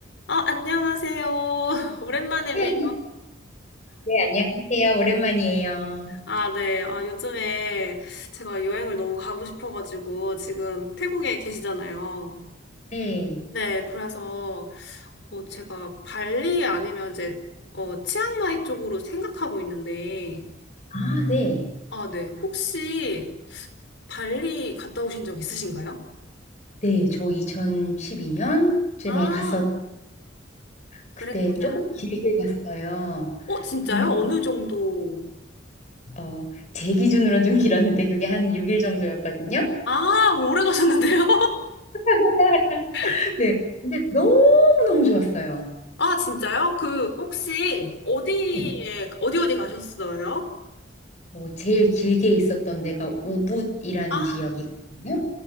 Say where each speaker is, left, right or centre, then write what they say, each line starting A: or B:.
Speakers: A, on the left; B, on the left.
A: 어, 안녕하세요. <laughs> 오랜만에
B: 네,
A: 봬요.
B: 네, 안녕하세요. 오랜만이에요.
A: 아, 네. 아, 요즘에 제가 여행을 너무 가고 싶어가지고 지금 태국에 계시잖아요.
B: 네.
A: 네, 그래서 어, 제가 발리 아니면 이제 어, 치앙마이 쪽으로 생각하고 있는데,
B: 아, 네.
A: 아, 네. 혹시 발리 갔다 오신 적 있으신가요?
B: 네, 저 2012년쯤에
A: 아,
B: 갔었거든요. 그때
A: 그랬구나.
B: 조금 길게 갔어요.
A: 어, 진짜요?
B: 근데,
A: 어느 정도?
B: 어, 제 기준으로 좀 길었는데 그게 한 6일 정도였거든요.
A: 아, 오래 가셨는데요?
B: <laughs>
A: <laughs>
B: 네. 근데 너무너무 좋았어요.
A: 아, 진짜요? 그, 혹시, 어디에,
B: 네.
A: 어디 어디 가셨어요?
B: 어, 제일 길게 있었던 데가 우붓이라는
A: 아,
B: 지역이거든요.